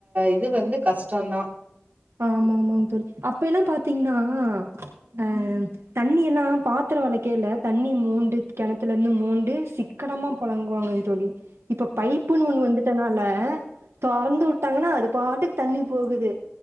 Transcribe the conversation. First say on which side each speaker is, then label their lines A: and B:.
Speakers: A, on the right (about 40°); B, on the right (about 80°).
A: இது வந்து கஷ்டோ தா
B: ஆமா ஆமாங்க தோழி அப்ப எல்லா பாத்தீங்கன்னா அ தண்ணி எல்லா பாத்ர வெளக்கையில தண்ணி மோண்டு கெணத்துலேந்து மோண்டு சிக் கனமா புழங்குவாங்கங் தோழி இப்ப பைப்புன்னு ஒண்ணு வந்துட்டனால தொறந்து வுட்டாங்கன்னா அது பாட்டுக் தண்ணி போகுது